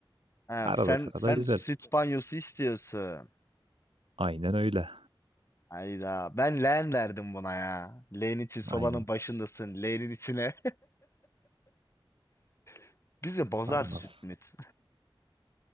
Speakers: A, on the left; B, on the right.
A: Ha,
B: Arada
A: sen
B: sırada
A: sen
B: güzel.
A: süt banyosu istiyorsun.
B: Aynen öyle.
A: Hayda ben leğen derdim buna ya. Leğen için sobanın
B: Aynen.
A: başındasın leğenin içine. <laughs> Bizi bozar
B: Sarmaz.
A: süt müt.